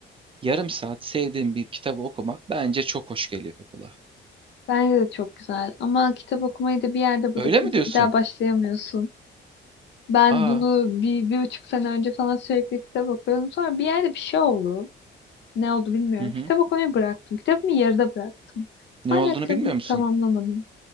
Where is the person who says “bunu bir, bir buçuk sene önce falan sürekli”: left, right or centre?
Left